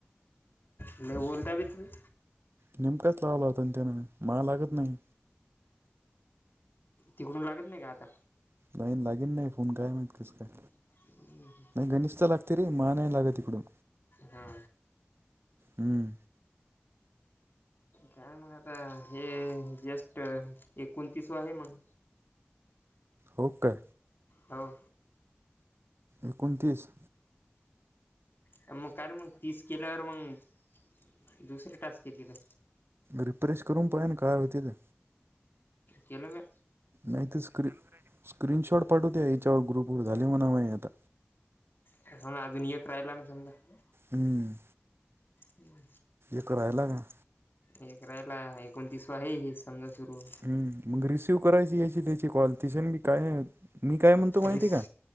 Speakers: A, on the left; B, on the right.
A: लय बोलता बी तुम्ही
B: नेमकाच लावला होता त्यान माआ लागत नाही.
A: तिकडून लागत नाय का आता
B: नाय नं लागेन नाय फोन काय माहित कस काय
A: हम्
B: गणेश चा लागते रे माआ नाय लागत तिकडून
A: हा.
B: हम्म.
A: काय मग आता हे जस्ट एकोणतीस वा आहे मंग
B: हो काय.
A: हो.
B: एकोणतीस.
A: हं मग काय र मंग तीस केल्यावर मंग दुसरे टास्क येतील का?
B: रिप्रेश करून पहा ना काय होतय ते.
A: केलं म्या.
B: नाय ते स्क्री स्क्रीनशॉट पाठवं त्या याच्यावर ग्रुप वर झाले म्हणाव माझे आता.
A: कसा ना अजून एक राहिला ना समजा
B: हम्म
A: हम्
B: एक राहिला का?
A: एक राहिला एकोणतीस वा आहे हे समजा सुरू
B: हूं मंग रिसिव करायचे याचे त्याचे कॉल तिशन बी काय नाय होत. मी काय म्हणतो माहिती
A: रिस
B: का